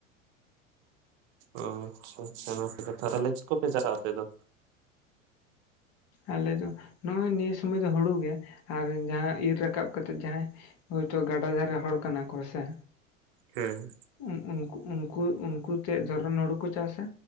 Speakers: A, on the right; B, on the left.
A: ᱚ ᱟᱪᱪᱷᱟ ᱟᱪᱪᱷᱟ ᱚᱱᱟᱯᱮ ᱛᱟᱦᱞᱮᱪ ᱠᱚᱯᱮ ᱪᱟᱞᱟᱜᱼᱟ ᱟᱯᱮ ᱫᱚ
B: ᱟᱞᱮ ᱫᱚ ᱱᱚᱜᱼᱚᱭ ᱱᱤᱭᱟᱹ ᱥᱚᱢᱚᱭ ᱫᱚ ᱦᱩᱲᱩ ᱜᱮ ᱟᱨ ᱡᱟᱦᱟᱸ ᱤᱨ ᱨᱟᱠᱟᱵ ᱠᱟᱛᱮᱜ ᱡᱟᱦᱟᱸᱭ ᱦᱳᱭᱛᱚ ᱜᱟᱰᱟ ᱫᱷᱟᱨᱮ ᱦᱚᱲ ᱠᱟᱱᱟ ᱠᱚ ᱥᱮ
A: ᱦᱮᱸ
B: ᱩᱱ ᱩᱱᱠᱩ ᱩᱱᱠᱩ ᱩᱱᱠᱩᱛᱮ ᱡᱷᱚᱨᱚᱱ ᱦᱩᱲᱩ ᱠᱚ ᱪᱟᱥᱟ